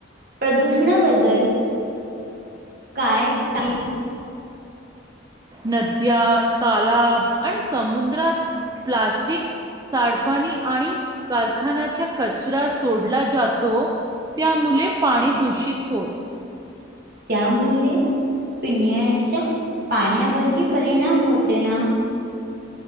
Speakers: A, on the right; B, on the right.
A: प्रदूषणाबद्दल- काय की?
B: नद्या, तालाब आणि समुद्रात प्लास्टिक- साडंपाणी आणि कारखान्याचां कचंरा सोडला जातो. त्यामुले पाणी दूषित होतं.
A: त्यामुले पिण्याच्या पाण्यावरंंही परिणाम होते नां?